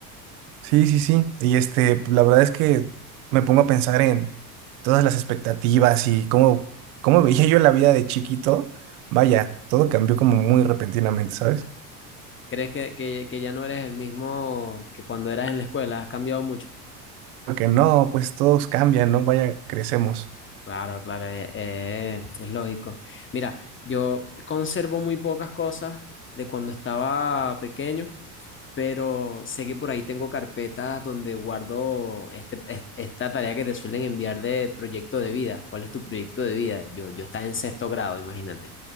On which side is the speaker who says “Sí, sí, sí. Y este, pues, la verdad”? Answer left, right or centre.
Right